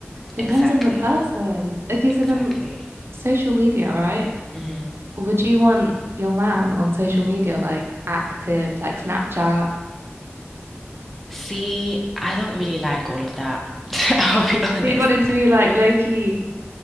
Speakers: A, on the right; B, in the centre.
A: depends
B: Exactly.
A: on the person. Okay,
B: Exactly.
A: so then social media, right?
B: hmm
A: Would you want your man on social media like active, like Snapchat?
B: See, I don't really like all of that. <laughs> I'll be honest.
A: So you'd want him to be like low key,